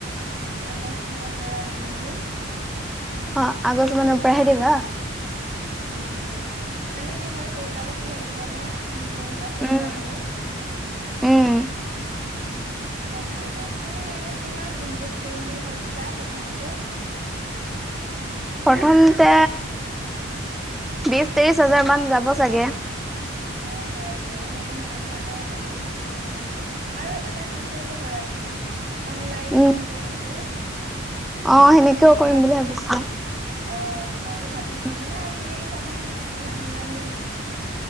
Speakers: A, on the right; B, in the centre.
A: আগষ্ট মানৰ পৰা দিম বুলি
B: অ আগষ্ট মানৰ পৰা আহে দিবা।
A: উম উম মানে কি হয় পইচা পাতি লাগিব ন। হে তা চলোৱা
B: উম।
A: বলে।
B: উম,
A: তাকে তাত তুমি এনে কিমান ইনভেষ্ট কৰিম বুলি ভাবিছ। ছা প্ৰথমতে।
B: প্ৰথমতে বিশ ত্ৰিশ হাজাৰ মান যাব চাগে।
A: হয় হয় মইও মানে সিমান মানৰ আনি পিনে তেনেকে আৰু এটা কাম কৰিব পৰা ছ। কাৰণ অনলাইন
B: উম।
A: মানে তেনেকে।
B: অ সেনেকেও
A: ভিডিঅ'বোৰ
B: কৰিম বুলি ভাবিছো।
A: দি অ ময়ো ভাবিছো
B: উম।
A: মানে আজিকালি চাবাচোন সকলোৱে অনলাইনে নহয়।